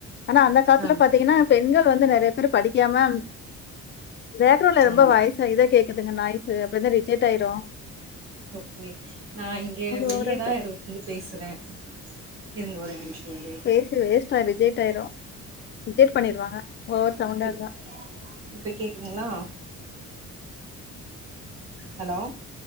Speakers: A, on the left (about 40°); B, on the right (about 45°).
A: ஆனா அந்த காலத்துல
B: ஆம்
A: பத்தீங்கன்னா பெண்கள் வந்து நெறைய பேர் படிக்காம பேக்ரவுண்ட்ல ரொம்ப
B: ஆம்
A: வயசு இத கேக்குதுங்க நாய்ஸ்சு அப்டிருந்த ரிஜெக்ட் ஆயிரு
B: ஓகே நா இங்க வெளியேதா
A: ஓவரா இருக்கு.
B: இரு இருந் பேசுறே இருங்க ஒரே நிமிஷோ வெளிய
A: பேசி வேஸ்டா ரிஜெட் ஆயிரு ரிஜெக்ட் பண்ணிருவாங்க ஓவர் சவுண்டா
B: இப்
A: இருந்தா.
B: இப்ப கேக்குதுங்ளா ஹலோ